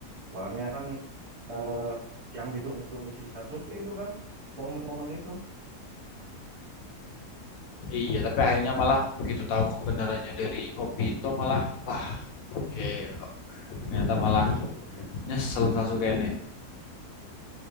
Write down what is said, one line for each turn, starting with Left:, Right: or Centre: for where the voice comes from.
Right: Soalnya kan eh, yang ditunggu-tunggu si Sasuke itu kan momen-momen itu
Left: iya tapi akhirnya malah begitu tahu kebenarannya dari Obito malah wah Gila. Ternyata malah nyesel Sasuke ini.